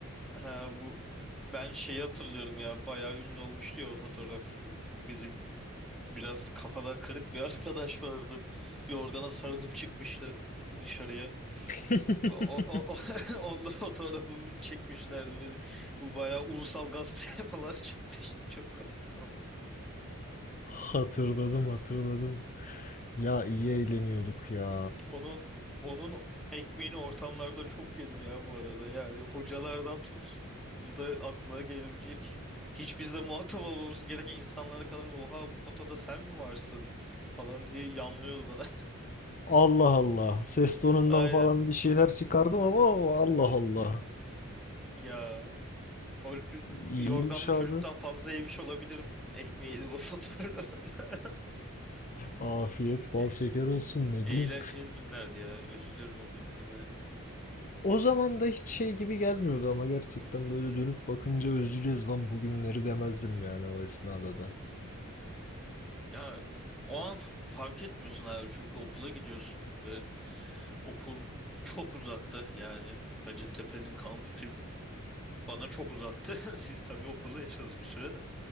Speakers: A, in the centre; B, on the left.
A: Ha, bu ben şeyi hatırlıyorum ya bayağı ünlü olmuştu ya o fotoğraf. Bu Bizim biraz kafadan kırık bir <laughs> arkadaş vardı. Yorgana sarılıp çıkmıştı dışarıya.
B: <laughs>
A: O, o, o, <laughs> onda fotoğrafı çekmişlerdi benim. Bu bayağı ulusal gazeteye <laughs> falan çıkmıştı. Çok komikti
B: Hatırladım hatırladım. Ya iyi eğleniyorduk ya.
A: Onun onun ekmeğini ortamlarda çok yedim ya bu arada. Yani hocalardan tut okulda aklına gelebilecek hiç bizle muhatap olmaması gereken insanlara kadar oha bu fotoda sen mi varsın falan diye yanlıyordu bana.
B: Allah Allah. Ses tonundan
A: <laughs> Aynen.
B: falan bir şeyler çıkardım ama Allah Allah.
A: Ya o
B: İyiymiş
A: yorganlı
B: abi.
A: çocuktan fazla yemiş olabilirim ekmeği de bu fotoğrafta. <laughs>
B: Afiyet bal
A: E-
B: şeker olsun ne
A: eğlenceli
B: diyeyim.
A: günlerdi ya. Özlüyorum o günleri baya.
B: O zaman da hiç şey gibi gelmiyordu ama gerçekten böyle dönüp bakınca özleyeceğiz lan bugünleri demezdim yani o esnada da.
A: Ya o an f- fark etmiyorsun abi çünkü okula gidiyorsun ve Okul çok uzaktı yani Hacettepe'nin kampüsü bana çok uzaktı. <laughs> Siz tabii okulda yaşadınız bir süre de.